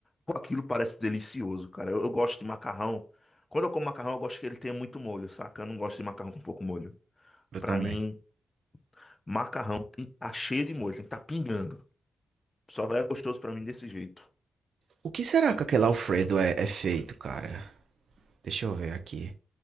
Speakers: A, on the left; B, on the right.
A: Pô, aquilo parece delicioso, cara. Eu, eu gosto de macarrão. Quando eu como macarrão, eu gosto que ele tenha muito molho, saca? Eu não gosto de macarrão com pouco molho.
B: eu
A: Pra
B: também.
A: mim, macarrão tem que tá cheio de molho, tem que tá pingando. Só era gostoso pra mim desse jeito.
B: O que será que aquele Alfredo é, é feito, cara? Deixa eu ver aqui.